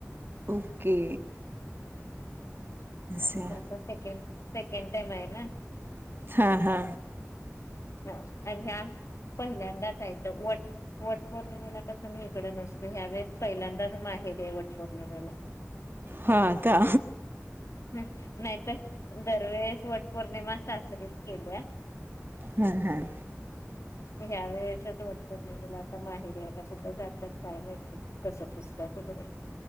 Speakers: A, on the right; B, on the left.
A: ओके. असं
B: माझं सेकंड सेकंड टाइम आहे ना.
A: हा हा
B: आणि हया पहिल्यांदाच येत. वट वट पौर्णिमेला कसं मी इकड नसतो हया वेळेस पहिल्यांदाच माहेरी आहे वट पौर्णिमेला.
A: हा का
B: नाही तर दरवेळेस वट पौर्णिमा सासरीचं केल्या.
A: हं हं
B: ह्या वेळेसच वट पौर्णिमेला आता माहेरी ये आता कुठं जातात काय माहित बाई कसं पुजतात. हो